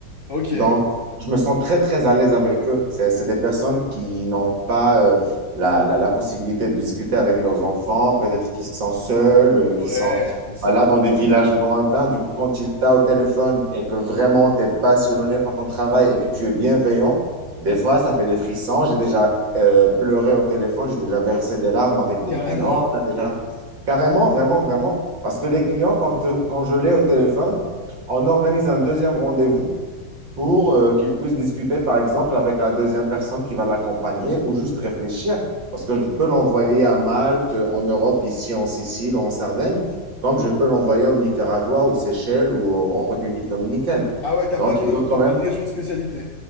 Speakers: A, on the left; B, on the right.
A: Ok.
B: Donc, je me sens très, très à l'aise avec eux. C'est c'est des personnes qui n'ont pas euh, la, la, la possibilité de discuter avec leurs enfants, peut-être qui sont seuls, euh, qui
A: Ouais,
B: sont
A: c'est ça.
B: voilà, dans des villages lointains. Du coup, quand ils t'ont au téléphone et que vraiment tu es passionné par ton travail et que tu es bienveillant, des fois, ça fait des frissons. J'ai déjà euh, pleuré au téléphone, j'ai déjà versé des larmes avec des
A: Carrément.
B: clients. On a déjà... Carrément, vraiment, vraiment. Parce que les clients, quand, euh, quand je l'ai au téléphone, on organise un deuxième rendez-vous pour euh, qu'il puisse discuter, par exemple, avec la deuxième personne qui va l'accompagner ou juste réfléchir. Parce que je peux l'envoyer à Malte, en Europe, ici en Sicile ou en Sardaigne, comme je peux l'envoyer au Nicaragua, aux Seychelles ou en en République dominicaine.
A: Ah ouais, t'as
B: Donc,
A: pas de,
B: il doit quand
A: t'as
B: même...
A: pas de région de spécialité.